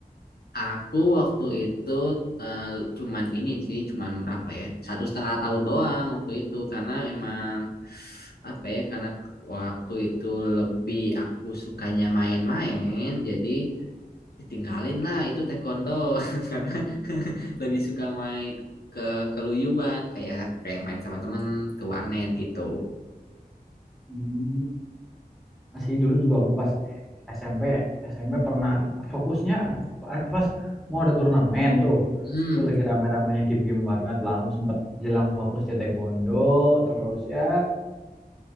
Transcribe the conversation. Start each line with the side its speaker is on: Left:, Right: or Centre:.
Left: Aku waktu itu eh, cuman ini sih, cuman berapa ya? Satu setengah tahun doang waktu itu, karena emang apa ya? Karena waktu itu lebih aku sukanya main-main, jadi tinggalin lah itu taekwondo <laughs> karena <laughs> lebih suka main ke keluyuban kayak kayak main sama temen ke warnet gitu.
Centre: Hmm, masih dulu juga aku pas SMP SMP pernah fokusnya pas mau ada turnamen tuh.
Left: Hmm.
Centre: Tuh lagi rame-ramenya game-game warnet lah. Aku sempat jelang fokus di taekwondo terus ya